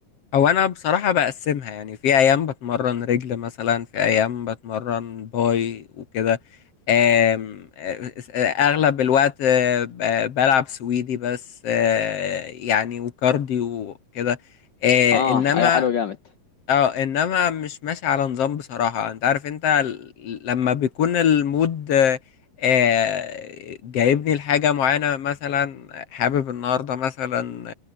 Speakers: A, on the left; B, on the left.
A: او انا بصراحة بقسمها يعني في ايام بتمرن رجل مثلا في ايام بتمرن باي وكده آم، آه، آه، آه، اغلب الوقت آه، ب- بلعب سويدي بس آه، يعني وكارديو وكده آه،
B: اه
A: انما
B: ايوه حلو جامد
A: اه انما مش ماشي على نظام بصراحة انت عارف انت ال- لما بيكون المود آه، آه، جايبني لحاجة معينة مثلا حابب النهاردة مثلا